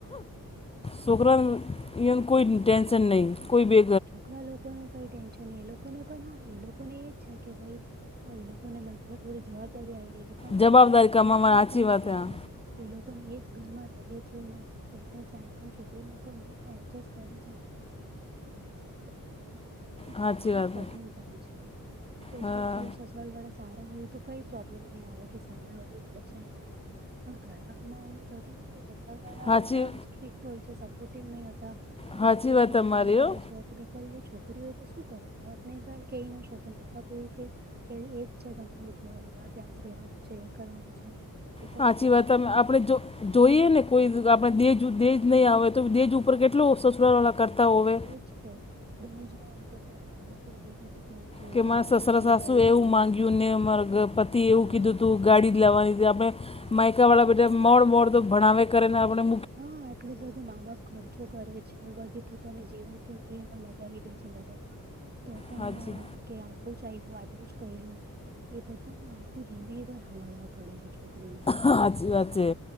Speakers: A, on the left; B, on the right.
A: છોકરામાં ન કોઈ ટટેન્શન નહીં કોઈ બે
B: છોકરા લોકોને કઈ ટેન્શન એ લોકોને પણ હા એ લોકોને એજ છે કે ભાઈ હ એ લોકોને મ થોડી જવાબદારી આવી ગઈ. પણ
A: જવાબદારી
B: એ લોકોને એડજસ્ટ
A: કમાવાની
B: નહી કરવું
A: સાચી વાત
B: પડતું
A: હા
B: એ લોકોને એ. ઘરમાં રહે છે એને એમને ચાર પાંચ પણ છોકરી લોકો એડજસ્ટ કરે છે નવા ઘરે જાય છે. માહોલમાં ડરવાનું એ
A: હા સાચી
B: કેવું
A: વાત
B: કઠિન કામ છે કોઈ
A: હા
B: કોઈ ચાલો. ઘરવાળા સારા હોય તો કઈ પ્રોબ્લેમ નહી આવે કે સારા હોય અન્ડરેન્ડિંગ હોય. પણ ગળાક માં એવું થતું છે કે સકલ વાળા
A: સાચી
B: બધા સ્ટ્રક્ટ હોય છે સપોર્ટિવ નહી હતા. મને
A: સાચી
B: બહુ
A: વાત
B: પરેશાન
A: તમારી
B: કરે
A: હો
B: તો બિચારી જે છોકરી હોય તો શું કરે મા બાપ ને પણ કહી ના શકે મા બાપ એવું કે. કે એ જ છે તમારું ઘર હમણાં ત્યાં જ રહેવાનું છે એ કરવાનું છે. બિચારી
A: સાચી
B: છોકરી
A: વાત ત
B: શું કરે
A: આપણે જો. જોઈએ ને કોઈ આપણે દેજ દેજ નહીં આવે તો દેજ ઉપર કેટલો સસુરાવાલા કરતા હોવે.
B: ઇજ તો દહેજ ની આપે તો પણ એ લોકો એટલું બધું. કરે છે
A: કે મારે સસરા
B: આટલું
A: સાસુ
B: દહેજ
A: એવું
B: જુએ
A: માગ્યું ને મારા પતિએ
B: હા
A: એવું કીધું હતું ગાડી જ લેવાની હતી આપણે માયકા
B: તો
A: વાળા બધા મોડ મોડ તો ભણાવે કરે ને આપડે.
B: હા આટલું બધું મા બાપ ખર્ચો કરે છે બધી ને જીવનપુંજી એમાં લગાવી દે છે લગ્નમાં તો પણ
A: સાચી
B: એમ. કે આટલું જ આપ્યું આટલું જ કર્યું એ બધું આખું જિંદગી પર હાભળવાનું. પડે છે છોકરીને
A: સાચી વાત છે